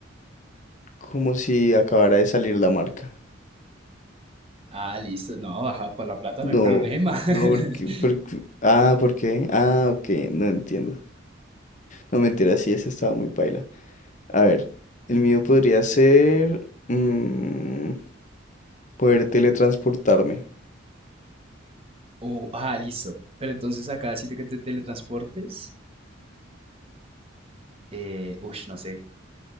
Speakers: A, on the left; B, on the right.
A: como si acabara de salir la marca.
B: Ah, listo. No, ajá, por la plata
A: No,
B: no hay problema. <laughs>
A: no, porque, porque, ah, ¿por qué? Ah, ok, no entiendo. No, mentira, sí, ese estaba muy paila. A ver, el mío podría ser... mm, poder teletransportarme.
B: Oh, ah, listo. Pero entonces acá sitio que te teletransportes, eh, uy, no sé,